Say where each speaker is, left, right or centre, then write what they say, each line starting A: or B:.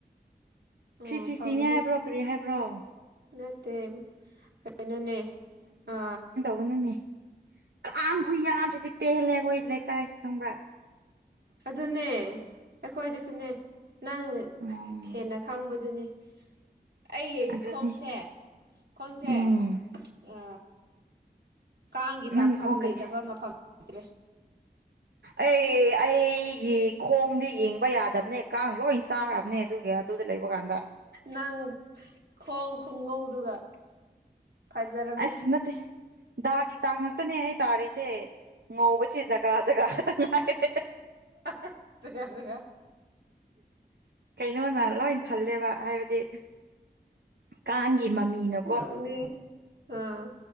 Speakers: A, on the right; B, on the right.
A: ꯑꯣ
B: ꯊ꯭ꯔꯤ ꯐꯤꯐꯇꯤꯅꯦ
A: ꯐꯕꯅꯦ
B: ꯍꯥꯏꯕ꯭ꯔꯣ ꯀꯔꯤ ꯍꯥꯏꯕ꯭ꯔꯣ
A: ꯅꯠꯇꯦ ꯀꯩꯅꯣꯅꯦ ꯑ
B: <unintelligible> ꯅꯦ ꯀꯥꯡꯈꯨ ꯌꯥꯝꯁꯤꯗꯤ ꯄꯦꯜꯂꯦ ꯑꯩꯈꯣꯏ ꯂꯩꯀꯥꯏꯁꯤꯦ ꯈꯪꯕ꯭ꯔꯥ
A: ꯑꯗꯨꯅꯦ ꯑꯩꯈꯣꯏꯗꯁꯨꯅꯦ ꯅꯪ
B: ꯎꯝ
A: ꯍꯦꯟꯅ ꯈꯪꯕꯗꯨꯅꯤ ꯑꯩꯒꯤ
B: ꯑꯗꯨꯅꯤ
A: ꯈꯣꯡꯁꯦ ꯈꯣꯡꯁꯦ
B: ꯎꯝ
A: ꯑ ꯀꯥꯡꯒꯤ ꯗꯥꯛꯐꯝ
B: ꯅꯪꯒꯤ ꯈꯣꯡ ꯀꯔꯤ
A: ꯂꯩꯇꯕ ꯃꯐꯝ ꯂꯩꯇ꯭ꯔꯦ
B: ꯑꯩ ꯑꯩꯒꯤ ꯈꯣꯡꯗꯤ ꯌꯦꯡꯕ ꯌꯥꯗꯕꯅꯦ ꯀꯥꯡ ꯂꯣꯏ ꯆꯥꯈ꯭ꯔꯕꯅꯦ ꯑꯗꯨꯒꯤ ꯑꯗꯨꯗ ꯂꯩꯕ ꯀꯥꯟꯗ
A: ꯅꯪ ꯈꯣꯡ ꯈꯣꯡꯉꯧꯗꯨꯒ ꯐꯖꯔꯝꯅꯤ
B: ꯑꯁ ꯅꯠꯇꯦ ꯗꯥꯒꯤ ꯇꯥꯡ ꯉꯛꯇꯅꯦ ꯑꯩ ꯇꯥꯔꯤꯁꯦ ꯉꯧꯕꯁꯦ ꯖꯒꯥ ꯖꯒꯥ ꯉꯥꯏꯔꯦ
A: ꯍ ꯍ ꯖꯥꯒ ꯖꯥꯒ
B: ꯀꯩꯅꯣꯅ ꯂꯣꯏ ꯊꯜꯂꯦꯕ ꯍꯥꯏꯕꯗꯤ ꯀꯥꯡ ꯃꯃꯤꯅꯣ
A: ꯅꯪꯗꯤ ꯑꯥ